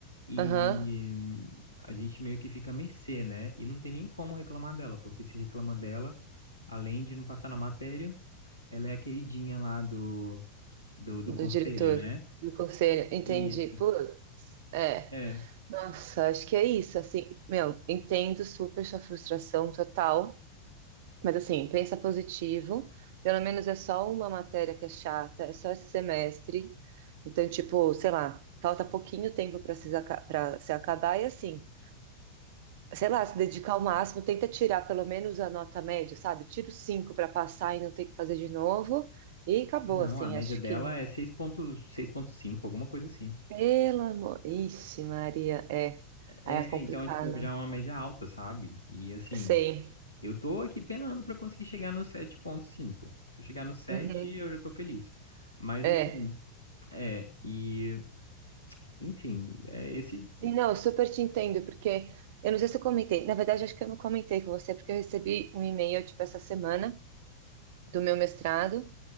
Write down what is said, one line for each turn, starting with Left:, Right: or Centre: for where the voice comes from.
Left: e
Right: Aham.
Left: hum, a gente meio que fica à mercê, né? E não tem nem como reclamar dela, porque se reclama dela, além de não passar na matéria, ela é a queridinha lá do, do, do
Right: Do
Left: conselho,
Right: diretor,
Left: né?
Right: do conselho. Entendi.
Left: Isso.
Right: Putz. É.
Left: É.
Right: Nossa, acho que é isso. Assim, meu, entendo super sua frustração total. Mas assim, pensa positivo. Pelo menos é só uma matéria que é chata, é só esse semestre. Então, tipo, sei lá, falta pouquinho tempo para se, aca- pra se acabar e assim, sei lá, se dedicar ao máximo, tenta tirar pelo menos a nota média, sabe? Tira os cinco para passar e não ter que fazer de novo. E acabou,
Left: Ah, não,
Right: assim,
Left: a média
Right: acho
Left: dela
Right: que.
Left: é seis ponto seis seis ponto cinco alguma coisa assim.
Right: Pelo amor. Ixi, Maria, é.
Left: É,
Right: Aí é complicado.
Left: então, é, tipo, já é uma média alta, sabe? E assim,
Right: Sei.
Left: Eu tô aqui penando para conseguir chegar no sete ponto cinco. Se eu chegar no sete,
Right: Uhum.
Left: eu já tô feliz. Mas
Right: É.
Left: assim, é, e enfim, é esse.
Right: Sim, Não, eu super te entendo, porque eu não sei se eu comentei, na verdade acho que eu não comentei com você, porque eu recebi um e-mail, tipo, essa semana, do meu mestrado.